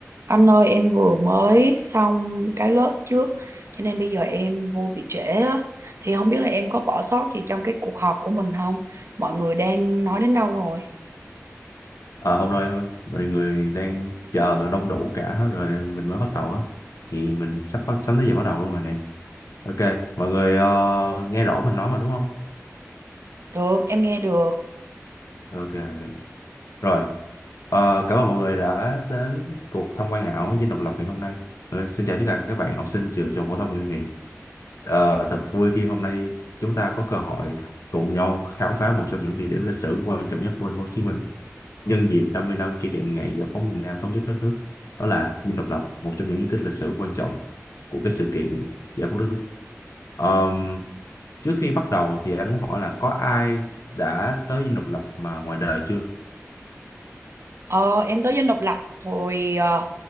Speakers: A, on the right; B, on the left.
A: Anh ơi em vừa mới xong cái lớp trước cho nên bây giờ em vô bị trễ á. Thì không biết là em có bỏ sót gì trong cái cuộc họp của mình không? Mọi người đang nói đến đâu rồi?
B: Ờ, hôm nay mọi người đang chờ đông đủ cả hết rồi mình mới bắt đầu á thì mình sắp bắt sắp tới giờ bắt đầu luôn rồi nè ok mọi người ờ, nghe rõ mình nói mà đúng không
A: Được, em nghe được.
B: ok ok. rồi Ờ, cảm ơn mọi người đã đến cuộc tham quan ảo Dinh Độc Lập ngày hôm nay Ok, xin chào tất cả các bạn học sinh trường trung học phổ thông Nguyễn Thị Hiền Ờ, thật vui khi hôm nay chúng ta có cơ hội cùng nhau khám phá một trong những địa điểm lịch sử quan trọng nhất của thành phố Hồ Chí Minh nhân dịp 50 năm kỷ niệm ngày giải phóng miền Nam thống nhất đất nước. Đó là Dinh Độc Lập, một trong những di tích lịch sử quan trọng của cái sự kiện giải phóng đất nước. Ờm, trước khi bắt đầu thì anh muốn hỏi là có ai đã tới Dinh Độc Lập mà ngoài đời chưa?
A: Ờ, em tới Dinh Độc Lập hồi ờ,